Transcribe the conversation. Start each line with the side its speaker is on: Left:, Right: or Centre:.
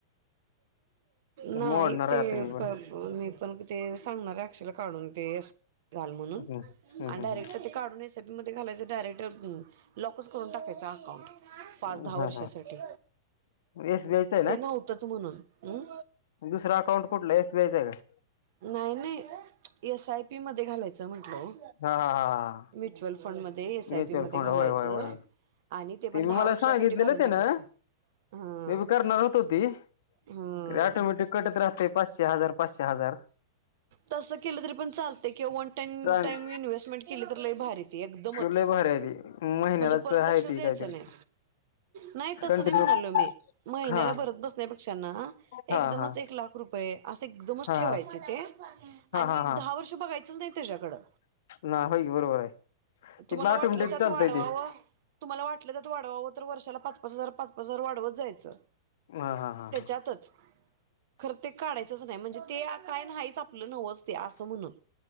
Right: नाही
Left: मोडणार
Right: ते
Left: आहे आता मी पण
Right: मी पण ते सांगणार अक्षाला काढून ते घाल म्हणून
Left: हम्म. हम्म
Right: आणि
Left: हम्म
Right: डायरेक्ट ते काढून एस आय बीमध्ये घालायच डायरेक्ट लॉकच करून टाकायचा अकाउंट पाच
Left: हम्म
Right: दहा वर्षासाठी,
Left: हा हा एसबीआयचं
Right: ते नव्हतच म्हणून हम्म.
Left: दुसरं अकाउंट कुठलय एस बी आय च आहे का?
Right: नाही नाही एस आय पी मध्ये घालायचं म्हंटल. ओ.
Left: का हा हा हा हा
Right: म्युचुअल फंडमध्ये दे एस आय
Left: म्युच्युअल
Right: पी मध्ये
Left: फंड
Right: घालायचं
Left: होय होय होय
Right: आणि ते पण
Left: मी
Right: दहा
Left: मला
Right: वर्षासाठी
Left: सांगितलेलं
Right: घालून
Left: ते
Right: टाकायचं.
Left: ना
Right: हा
Left: मी बी करणार होतो ती.
Right: हा
Left: तरी ऑटोमॅटिक कटत राहते पाचशे हजार पाचशे हजार
Right: तसं केलं तरी पण चालतय किंवा वन टाइम
Left: चांग
Right: टाइम इन्व्हेस्टमेंट केली तर लय भारी ते एकदमच
Left: लय भारी आहे ती महिन्यालाच
Right: म्हणजे परत
Left: आहे
Right: लक्षच
Left: ती
Right: द्यायचं
Left: काहीतरी
Right: नाही. नाही तस
Left: कंटिन्यू
Right: नाही म्हणालो मी, महिन्याला
Left: हा
Right: भरत बसण्यापेक्षा ना
Left: हा
Right: एकदमच
Left: हा हा
Right: एक लाख रुपये असं एकदमच
Left: हा
Right: ठेवायचे ते
Left: हा
Right: आणि
Left: हा
Right: एक
Left: हा
Right: दहा वर्ष बघायचंच नाही त्याच्याकडं
Left: ना होय की बरोबर आहे
Right: तुम्हाला
Left: ते ऑटोमॅटिक
Right: वाटलं त्यात
Left: चालतंय
Right: वाढवावं
Left: ते
Right: तुम्हाला वाटलं त्यात वाढवावं तर वर्षाला पाच पाच हजार पाच पाच हजार वा ढवत जायचं.
Left: हा हा हा
Right: त्याच्यातच
Left: हा
Right: खर ते काढायचंच नाही म्हणजे ते आ काय नाहीच आपलं नव्हच ते असं म्हणून